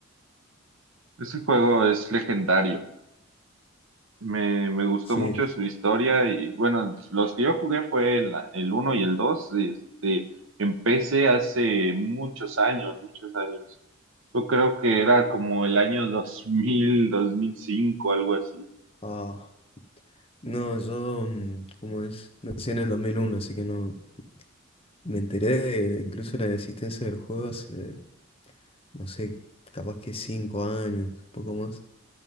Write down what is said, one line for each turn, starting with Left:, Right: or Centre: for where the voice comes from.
Right: Ese juego es legendario. Me, me gustó
Left: Sí.
Right: mucho su historia y bueno, los que yo jugué fue el, el uno y el 2 este, empecé hace muchos años, muchos años. Yo creo que era como el año 2000, 2005, algo así.
Left: Ah. No, yo, mm, ¿cómo es? Nací en el 2001, así que no. Me enteré de, incluso la existencia del juego hace, no sé, capaz que cinco años, poco más.